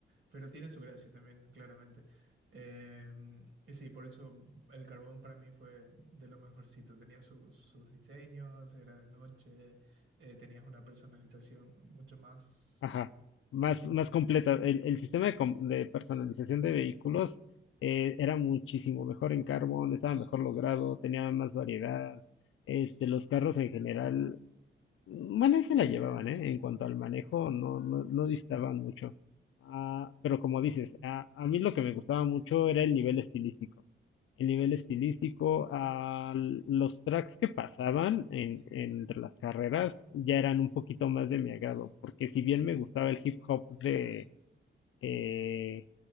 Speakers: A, on the right; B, on the left.
A: pero tiene su gracia también, claramente. Em, y sí, por eso el carbón para mí fue de lo mejorcito, tenía sus sus diseños, era de noche eh, tenías una personalización mucho más...
B: Ajá, más,
A: mm,
B: más completa. El, el sistema de, com- de personalización de vehículos eh, era muchísimo mejor en Carbon, estaba mejor logrado, tenía más variedad. Este, los carros en general bueno, ahí se la llevaban, ¿eh? En cuanto al manejo, no, no, no distaban mucho. Ah, pero como dices, a, a mí lo que me gustaba mucho era el nivel estilístico. El nivel estilístico, ah, l- los tracks que pasaban en, entre las carreras ya eran un poquito más de mi agrado, porque si bien me gustaba el hip hop de, eh,